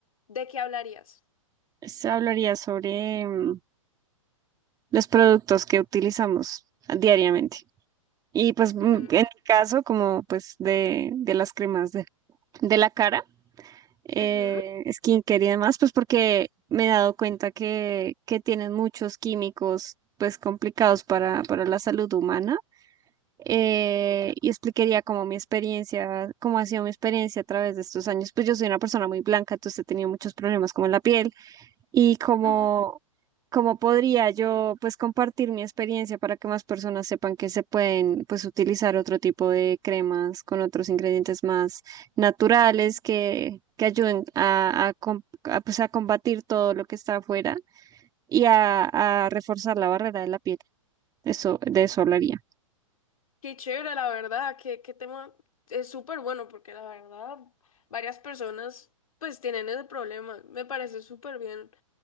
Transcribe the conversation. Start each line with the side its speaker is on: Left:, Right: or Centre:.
Left: ¿de qué hablarías?
Right: Se hablaría sobre mm, los productos que utilizamos diariamente. Y pues mm,
Left: Mm,
Right: en mi caso, como pues de, de las cremas de, de la cara, eh,
Left: ujú,
Right: skincare y demás, pues porque me he dado cuenta que, que tienen muchos químicos pues complicados para, para la salud humana. eh, y explicaría cómo mi experiencia, cómo ha sido mi experiencia a través de estos años. Pues yo soy una persona muy blanca, entonces he tenido muchos problemas con la piel y cómo,
Left: ujú.
Right: cómo podría yo pues compartir mi experiencia para que más personas sepan que se pueden pues utilizar otro tipo de cremas con otros ingredientes más naturales que, que ayuden a, a, com- a, pues, a combatir todo lo que está afuera y a, a reforzar la barrera de la piel. Eso, de eso hablaría.
Left: Qué chévere, la verdad, qué, qué tema es súper bueno porque la verdad varias personas pues tienen ese problema, me parece súper bien.